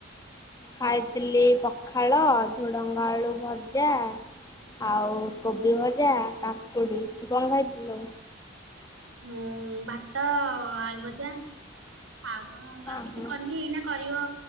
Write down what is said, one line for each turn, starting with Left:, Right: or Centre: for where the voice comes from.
Left: ଖାଇଥିଲି ପଖାଳ ଧୁଡ଼ଙ୍ଗ ଆଳୁ ଭଜା। ଆଉ କୋବି ଭଜା କାକୁଡ଼ି ତୁ କଣ ଖାଇଥିଲୁ?
Right: ମୁଁ ଭାତ ଆଳୁ ଭଜା। ଆଉ କଣ
Left: ହଁ
Right: ଆଉ କିଛି
Left: ହଁ।
Right: କରିନି ଏଇନା କରିବ